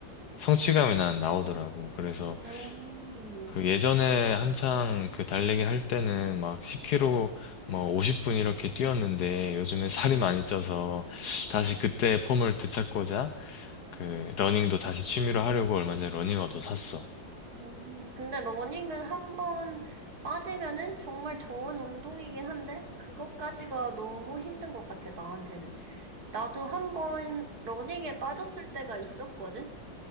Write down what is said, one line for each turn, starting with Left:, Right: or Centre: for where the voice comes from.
Left: 성취감이 난 나오더라고. 그래서
Right: 음,
Left: 그 예전에 한창 그 달리기 할 때는 막 10km 뭐 50분 이렇게 뛰었는데 요즘에 살이
Right: 음.
Left: 많이 쪄서 다시 그때 폼을 되찾고자 그 러닝도 다시 취미로 하려고 얼마 전에 러닝화도 샀어.
Right: 음, 근데 러닝은 한 번 빠지면은 정말 좋은 운동이긴 한데, 그것까지가 너무 힘든 것 같아, 나한테는. 나도 한 번 러닝에 빠졌을 때가 있었거든?